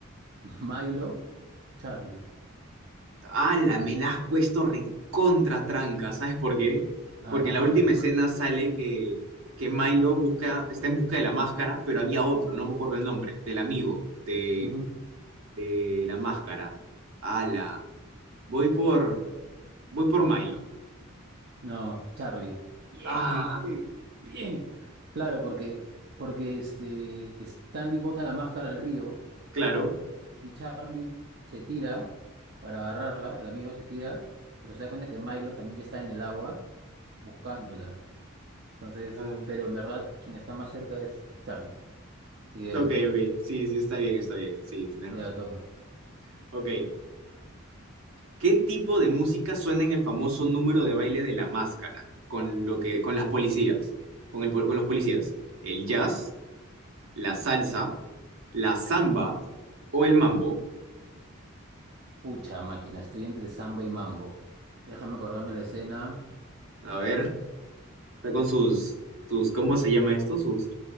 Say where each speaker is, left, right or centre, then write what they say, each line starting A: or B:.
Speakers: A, on the right; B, on the right.
A: <laughs> Milo, Charlie.
B: Ala, me la has puesto recontra tranca, ¿sabes por qué?
A: Ah,
B: Porque en la última
A: ah,
B: escena sale que, que Milo busca, está en busca de la máscara, pero había otro, no me acuerdo el nombre, del amigo de,
A: ujú.
B: de la máscara. Ala, voy por, voy por Milo.
A: No, Charlie. Bien,
B: Ah,
A: te empaté. Bien. Claro, porque, porque este, Stanley bota la máscara al río
B: claro.
A: y Charlie se tira para agarrarla, el amigo se tira, pero se da cuenta que Milo también ya está en el agua buscándola. Entonces,
B: Ah,
A: pero en verdad quien está más cerca es Charlie. Sí, él,
B: ok,
A: pues, ¿no?
B: ok, sí, sí, está bien, está bien, sí, tienes
A: Ya
B: razón.
A: le toca.
B: Ok, ¿Qué tipo de música suena en el famoso número de baile de la máscara con lo que con las policías, con el po- con los policías? ¿El jazz, la salsa, la samba o el mambo?
A: Pucha máquina, estoy entre samba y mambo. Déjame acordarme la escena.
B: A ver, está con sus sus ¿cómo se llama esto? Sus